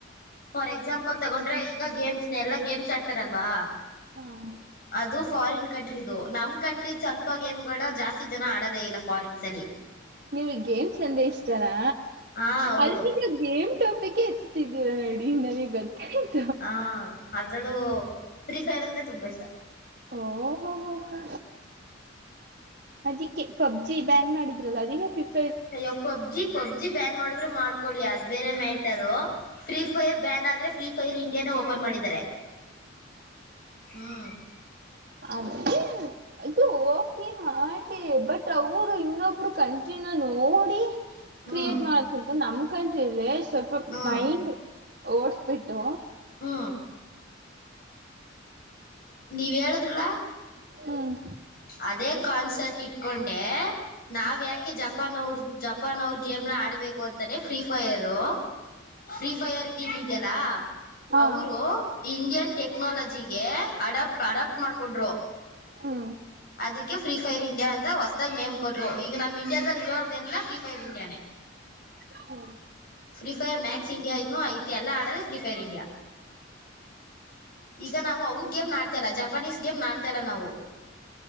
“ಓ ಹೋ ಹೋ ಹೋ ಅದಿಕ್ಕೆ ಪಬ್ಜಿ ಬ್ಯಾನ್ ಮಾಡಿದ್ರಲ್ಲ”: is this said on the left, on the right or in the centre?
Right